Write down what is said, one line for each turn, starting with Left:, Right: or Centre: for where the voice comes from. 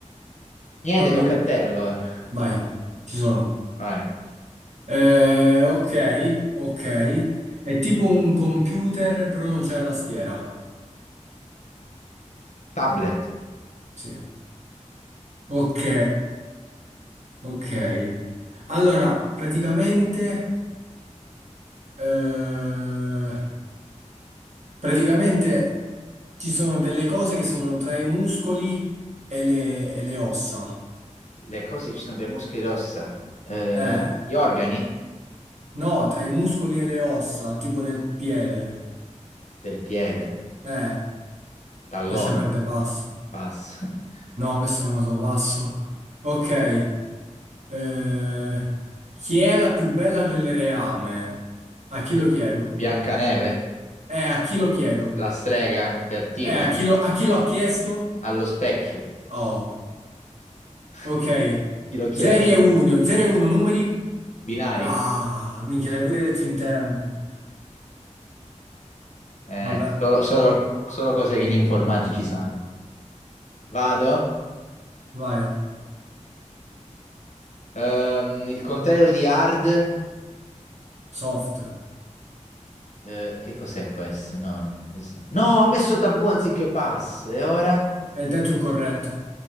Left: Niente,
Right: Ah, boh.
Left: tocca a te allora.
Right: Vai, ci sono.
Left: Vai.
Right: Eh, ok, ok. È tipo un computer, però non c'è la tastiera.
Left: Tablet.
Right: Sì. Ok, ok. Allora, praticamente, eh, praticamente
Left: Sì.
Right: ci sono delle cose che sono tra i muscoli e le, e le ossa.
Left: Le cose ci sono delle muscole e ossa. Eh,
Right: Eh?
Left: gli organi
Right: No, tra i muscoli e le ossa, tipo nel piede.
Left: del piede.
Right: Eh,
Left: Tallone,
Right: lascia perdere passo.
Left: passa. <laughs>
Right: No, questo non lo so, passo. Ok. eh, chi è la più bella del reame? A chi
Left: Bi-
Right: lo chiedo?
Left: Biancaneve,
Right: Eh, a chi lo chiedo?
Left: la strega cattiva,
Right: Eh, a chi lo, a chi lo ha chiesto?
Left: allo specchio.
Right: Oh,
Left: <laughs>
Right: ok.
Left: Chi lo chiede?
Right: 0 e 1, 0 e 1 numeri?
Left: Binari?
Right: Ah, minchia, l'hai pure detto in tempo.
Left: Eh,
Right: Vabbè,
Left: solo, solo- solo cose che gli informatici sanno. Vado.
Right: vai.
Left: Ehm, il contrario di hard.
Right: Soft.
Left: eh, che cos'è questo? No, no. questo- No, No, ho messo tabù anziché pass. E ora?
Right: Hai detto incorretto.